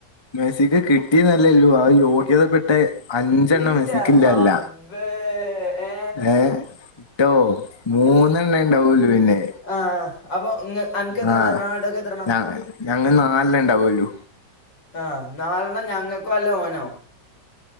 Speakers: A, on the left; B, on the left.
A: മെസിക്ക് കിട്ടിന്നല്ലെലൂ ആ യോ ഗ്യതപ്പെട്ടെ അഞ്ചെണ്ണം
B: ഇന്റെ
A: മെസ്സിക്കില്ലല്ല
B: റബ്ബേ ഏ
A: ഏഹ് ട്ടോ മൂന്നെണ്ണെ ഉണ്ടാവൂള്ളു പിന്നെ
B: ആഹ് അപ്പൊ ഇങ്ങ അൻക്ക് എത്രണ്ണ
A: ആ
B: റൊണാൾഡോക്കെത്രണ്ണ
A: ഞ- ഞങ്ങ നാലെണ്ണെ ഇണ്ടാവെല്ലൂ
B: ആഹ് നാലണ്ണം ഞങ്ങക്കോ അല്ലെ ഓനോ?